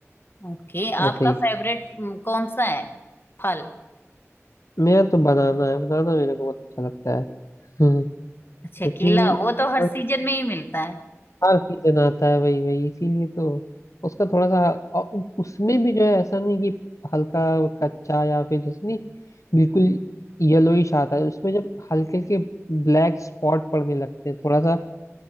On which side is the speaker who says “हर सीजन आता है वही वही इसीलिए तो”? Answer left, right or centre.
Left